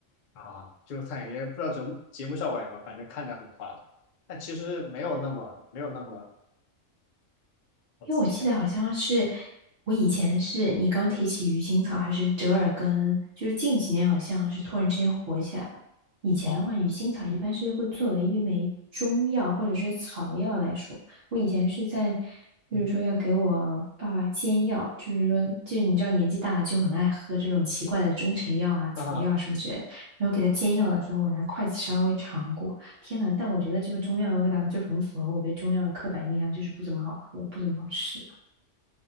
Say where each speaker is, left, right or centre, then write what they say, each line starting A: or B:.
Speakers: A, on the left; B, on the right.
A: 啊，就是他感觉不知道节目节目效果还是什么，反正看着很夸张。但其实没有那么没有那么我自己感觉
B: 因为我记得好像是我以前是你刚提起鱼腥草还是折耳根，就是近几年好像是突然之间火起来了。以前的话，
A: 啊，
B: 鱼腥草一般是会作为一枚中药或者是草药来说。我以前是在就是说要给我爸爸煎药，
A: 嗯
B: 就是说就你知道年纪大了就很爱喝这种奇怪的中成药啊、
A: 啊，
B: 草药啊什么之类的。然后给他煎药的时候，我拿筷子稍微尝过，天呐，但我觉得这个中药的味道就很符合我对中药的刻板印象，就是不怎么好喝，不怎么好吃。